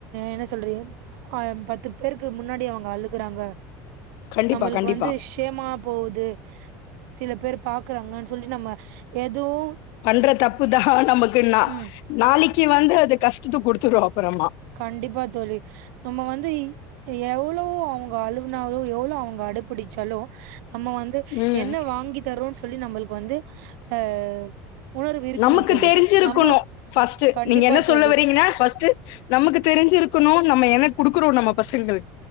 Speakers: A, on the right; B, on the left.
A: என்ன சொல்றது <unintelligible> பேருக்கு முன்னாடி அவுங்க அழு குறாங்க
B: கண்டிப்பா
A: நம்மளுக்கு
B: கண்டிப்பா
A: வந்து ஸ்ஷேமா போகுது சில பேர் பாக்குறாங்கனு சொல்லி நம்ம எதுவு
B: பண்ற தப்பு தா நமக்கு ந
A: ம்.
B: நாளைக் கி வந்து அது கஷ்டத குடுத்துரு அப்பறமா
A: கண்டிப்பா தோழி நம்ம வந்து எவ்ளோ அவுங்க அழுவுனாலோ எவ்ளோ அவுங்க அடப்பிடிச்சாலு நம்ம வந்து
B: ம்
A: என்ன வாங்கி தறோன்னு சொல்லி நம்மளுக்கு வந்து அ உணர்வு இருக்கணும்
B: நமக்கு
A: தோழி.
B: தெரிஞ்சிருக்குணு
A: நம்ம
B: ஃபர்ஸ்ட்டு
A: கண்டிப்பா
B: நீங்க என்ன சொல்ல
A: தோழி.
B: வர்றீங்னா ஃபர்ஸ்ட்டு நமக்கு தெரிஞ்சிருக்கணு நம்ம என்ன குடுக்குறோ நம்ம பசங்களு